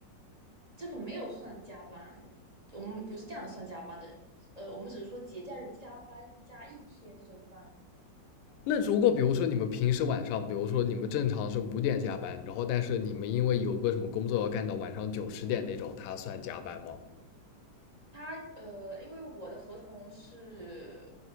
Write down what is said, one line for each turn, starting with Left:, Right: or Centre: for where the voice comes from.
Right: 这个没有算加班，我们不是这样算加班的。呃，我们只是说节假日加班加一天这种班，
Left: 那如果比如说你们平时晚上，比如说你们正常是五点下班，然后但是你们因为有个什么工作要干到晚上九十点那种，它算加班吗？
Right: 他呃，因为我的合同是